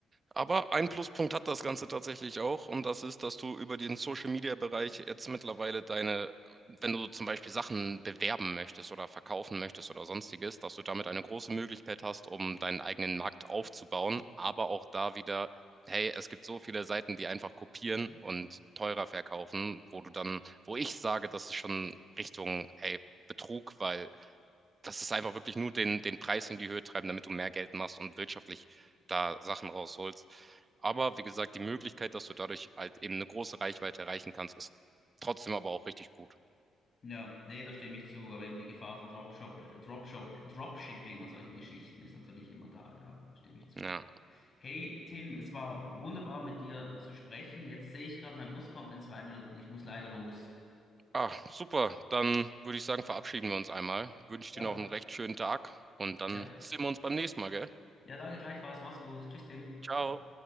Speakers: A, on the right; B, on the left.
A: Aber ein Pluspunkt hat das Ganze tatsächlich auch und das ist, dass du über den Social-Media-Bereich jetzt mittlerweile deine, wenn du zum Beispiel Sachen bewerben möchtest oder verkaufen möchtest oder sonstiges, dass du damit eine große Möglichkeit hast, um deinen eigenen Markt aufzubauen, aber auch da wieder, hey, es gibt so viele Seiten, die einfach kopieren und teurer verkaufen, wo du dann, wo ich sage, das ist schon Richtung, hey, Betrug, weil das ist einfach wirklich nur den, den Preis in die Höhe treiben, damit du mehr Geld machst und wirtschaftlich da Sachen rausholst. Aber wie gesagt, die Möglichkeit, dass du dadurch halt eben eine große Reichweite erreichen kannst, ist trotzdem aber auch richtig gut.
B: Ja, nee, da stimme ich zu. Aber eben die Gefahr von Dropshop, äh, Dropshop, Dropshipping und solchen Geschichten ist natürlich immer da, ja, stimme ich zu.
A: Ja.
B: Hey Tim, es war wunderbar mit dir zu sprechen. Jetzt sehe ich gerade, mein Bus kommt in zwei Minuten. Ich muss leider los.
A: Ah, super. Dann würde ich sagen, verabschieden wir uns einmal. Wünsche
B: Ja,
A: dir noch einen recht schönen Tag und dann
B: ja.
A: sehen wir uns beim nächsten Mal, gell?
B: Ja, danke gleichfalls. Mach's gut. Tschüss, Tim.
A: Ciao.
B: Ciao.